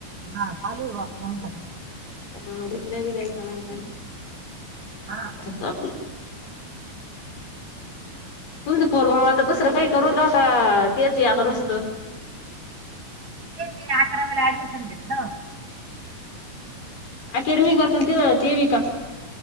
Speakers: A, on the right; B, on the left.
A: हा चालू आहे बाघ फोन करा.
B: अ कुठल्या बी द्यायचा नाही.
A: हा.
B: हा आपन. तुमचं पोरग मग आता दुसरं काही करू न का तेच आता नुसतं.
A: ते ते अकरावेला ऍडमिशन घेतलं.
B: अकॅडमीक करतो ते पण करतो काय.